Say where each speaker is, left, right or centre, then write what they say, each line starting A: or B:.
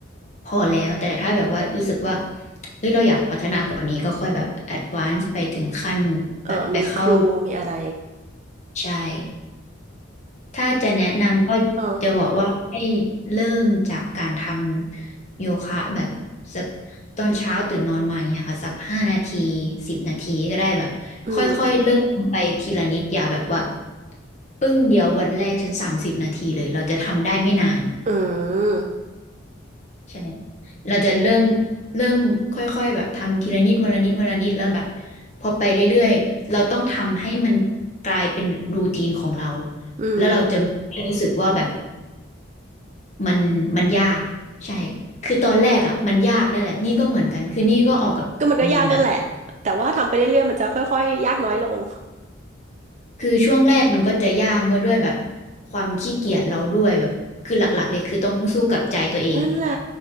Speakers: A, on the left; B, on the right.
A: พอแล้วแต่ถ้าแบบว่ารู้สึกว่าเฮ้ยเราอยากพัฒนากว่านี้ก็ค่อยแบบแอดวานซ์ไปถึงขั้นแบบไปเข้า
B: เออมีครูมีอะไร
A: ใช่ถ้าจะแนะนำก็
B: เออ
A: จะบอกว่าให้เริ่มจากการทำโยคะแบบสักตอนเช้าตื่นนอนมาอย่างเงี้ยค่ะสักห้านาทีสิบนาทีก็ได้แบบค่อยๆเริ่มไปทีละนิดอย่าแบบว่า
B: อืม
A: ปึ้งเดียววันแรกฉันสามสิบนาทีเลยเราจะทำได้ไม่นาน
B: อืม
A: ใช่เราจะเริ่มเริ่มค่อยๆแบบทำทีละนิดวันละนิดวันละนิดแล้วแบบพอไปเรื่อยๆเราต้องทำให้มันกลายเป็นรูทีนของเรา
B: อืม
A: แล้วเราจะไม่รู้สึกว่าแบบมันมันยากใช่คือตอนแรกอ่ะมันยากนั่นแหละนี่ก็เหมือนกันคือนี่ก็ออกกับ
B: ก็มันก็ยากนั่นแหละ
A: มาแบบ
B: แต่ว่าทำไปเรื่อยๆมันจะค่อยๆยากน้อยลง
A: คือช่วงแรกมันก็จะยากมาด้วยแบบความขี้เกียจเราด้วยแบบคือหลักๆเลยคือต้องสู้กับใจตัวเอง
B: <laughs> นั่นแหละ